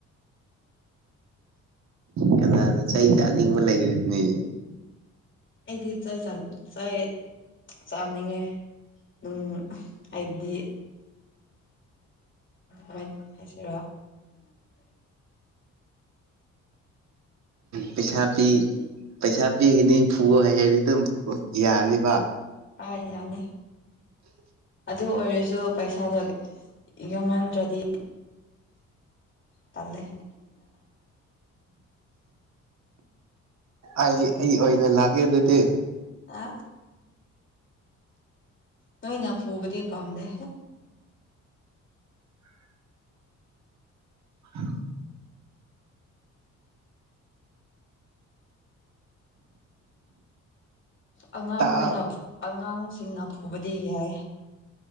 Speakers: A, on the right; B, on the left.
A: ꯀꯅꯥꯅ ꯆꯍꯤ ꯆꯥꯅꯤꯡꯕ ꯂꯩꯔꯅꯤ
B: ꯑꯩꯗꯤ ꯆꯦ ꯆ ꯆ ꯆꯥꯅꯤꯡꯉꯦ ꯅꯨꯡ ꯍꯥꯏꯕꯗꯤ ꯎꯥꯏꯁꯤ
A: ꯄꯤꯁꯥꯕꯤ ꯄꯩꯁꯥ ꯄꯤꯒꯅꯤ ꯐꯨꯕ ꯍꯥꯏꯗꯤ ꯑꯗꯨꯝ ꯌꯥꯅꯤꯕ
B: ꯑꯥꯏ ꯌꯥꯅꯤ ꯑꯗꯨ ꯑꯣꯏꯔꯁꯨ ꯄꯩꯁꯥꯗ ꯌꯥꯟ ꯑꯗꯨꯗꯤ ꯇꯦ
A: ꯑꯩ ꯑꯩ ꯑꯣꯏꯅ ꯂꯥꯛꯀꯦ ꯑꯗꯨꯗꯤ
B: ꯑ ꯇ ꯏꯩꯅ ꯐꯨꯕꯗꯤ ꯄꯥꯗ
A: <inaudible> ꯑ
B: ꯑꯉꯥꯡ
A: ꯇꯥꯛ
B: ꯑꯣꯏꯅ ꯑꯉꯥꯡꯁꯤꯡꯅ ꯄꯨꯕꯗꯤ ꯌꯥꯏ